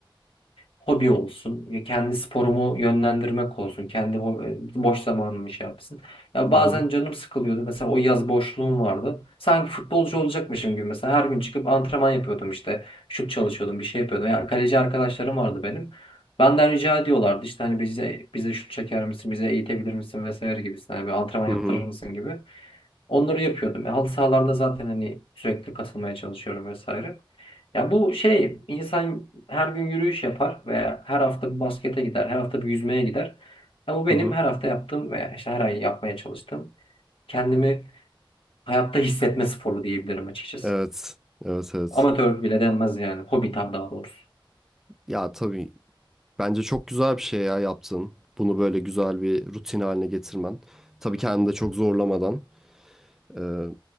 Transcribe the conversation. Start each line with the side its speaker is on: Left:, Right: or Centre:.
Left: hobi olsun, ya kendi sporumu yönlendirmek olsun, kendi ho- e, boş zamanımı şey yapsın. Ya
Centre: Hı
Left: bazen
Centre: hı.
Left: canım sıkılıyordu. Mesela o yaz boşluğum vardı. Sanki futbolcu olacakmışım gibi. Mesela her gün çıkıp antrenman yapıyordum işte. Şut çalışıyordum, bir şey yapıyordum. ya kaleci arkadaşlarım vardı benim. Benden rica ediyorlardı işte hani bize bize şut çeker misin, bize eğitebilir misin vesaire gibisinden. Yani bir antrenman
Centre: Hı
Left: yaptırır
Centre: hı.
Left: mısın gibi. Onları yapıyordum. E, halı sahalarda zaten hani sürekli katılmaya çalışıyorum vesaire. Ya bu şey insan her gün yürüyüş yapar veya her hafta bir baskete gider, her hafta bir yüzmeye gider. Ya bu benim
Centre: Hı hı.
Left: her hafta yaptığım veya işte her ay yapmaya çalıştığım kendimi hayatta hissetme sporu diyebilirim açıkçası.
Centre: Evet. Evet evet.
Left: Amatör bile denmez yani. Hobi tam daha doğrusu.
Centre: Ya tabii bence çok güzel bir şey ya yaptın. Bunu böyle güzel bir rutin haline getirmen. Tabii kendini de çok zorlamadan. Ee,